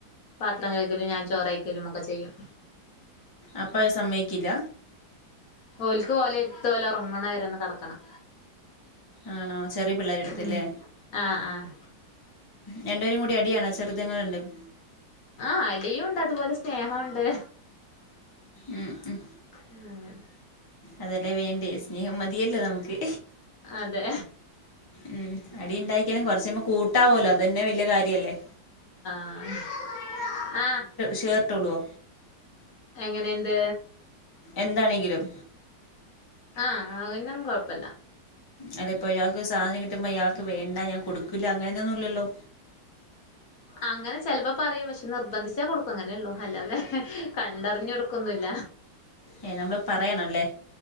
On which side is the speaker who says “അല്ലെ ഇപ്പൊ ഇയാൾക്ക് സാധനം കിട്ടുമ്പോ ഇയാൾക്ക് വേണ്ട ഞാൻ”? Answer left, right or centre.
Left